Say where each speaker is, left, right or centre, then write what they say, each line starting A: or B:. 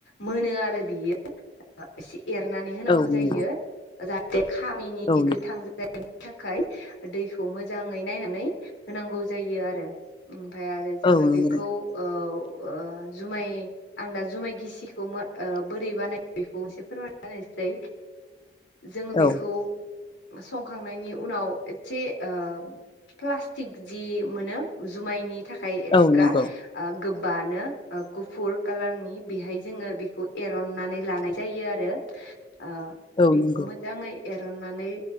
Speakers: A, on the left; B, on the left.
A: मोनो आरो बियो एसे एरनानै
B: औ
A: होनांगौ
B: नंगौ औ नंगौ
A: जायो जाहाथे खामिनि
B: औ
A: गोथां जायिनि थाखाय दैखौ मोजाङै नायनानै होनांगौ जायो आरो ओमफ्राय आरो
B: नंगौ
A: जोङो बेखौ
B: नोंथां
A: ओ ओ जुमाय आं दा जुमाय गिसिखौ ओ बोरै बानायो बेखौ एसे फोरमायनोसै जोङो
B: औ
A: बेखौ संखांनायनि उनाव एसे ओ प्लास्टिक जि मोनो जुमायनि थाखाय एक्सट्रा
B: औ नंगौ
A: ओ गोबानो गुफुर कालारनि बेहाय जोङो बेखौ एरननानै लानाय जायो आरो ओ
B: औ
A: बेखौ
B: नंगौ
A: मोजाङै एरननानै